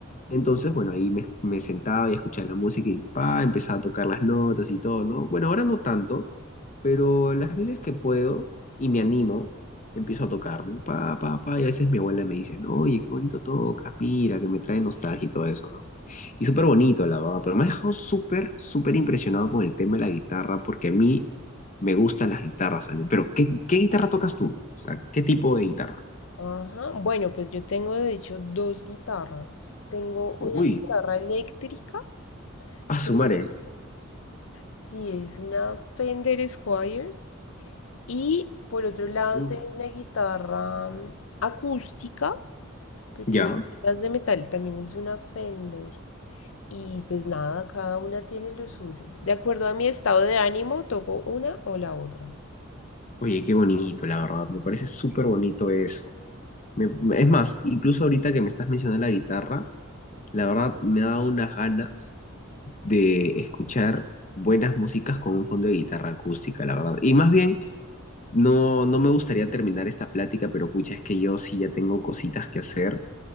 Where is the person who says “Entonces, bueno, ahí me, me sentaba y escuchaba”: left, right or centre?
Left